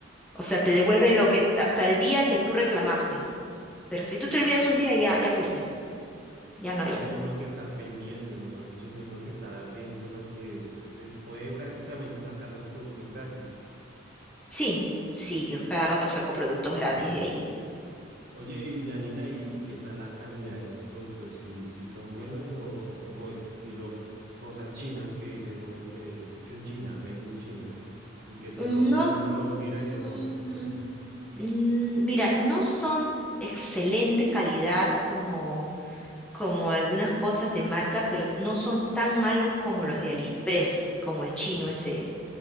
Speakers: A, in the centre; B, on the right.
A: O
B: Ah,
A: sea, te devuelven lo que hasta el día que tú reclamaste. Pero si tú
B: ah,
A: te olvidas un
B: ok.
A: día, ya, ya fuiste. Ya no,
B: Ya
A: ya.
B: tiene uno que estar pendiente, mejor dicho, tiene uno que estar atento porque se puede prácticamente sacar los productos gratis.
A: Sí, sí, yo cada rato saco productos gratis
B: Genial.
A: de ahí.
B: Oye, y Janina, ¿y qué tal la calidad de esos productos? ¿Si, si son buenos o son como ese estilo cosas chinas que dice uno que hecho en China, made in China, y que se
A: No,
B: rompen,
A: s-
B: uno los mira
A: mm,
B: y se rompen?
A: mm,
B: <laughs>
A: mira, no son excelente calidad como, como algunas cosas de marca, pero no son tan malos como los de AliExpress, como el chino
B: Ok,
A: ese.